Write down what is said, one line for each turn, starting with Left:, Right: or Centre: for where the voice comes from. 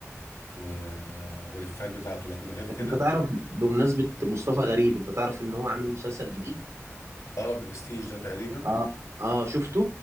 Left: و... آه، والافيهات بتاعته لكن غير كده
Right: انت تعرف بمناسبة مصطفى غريب انت تعرف ان هو عامل مسلسل جديد
Left: اه برستيج ده تقريبا
Right: اه اه شفته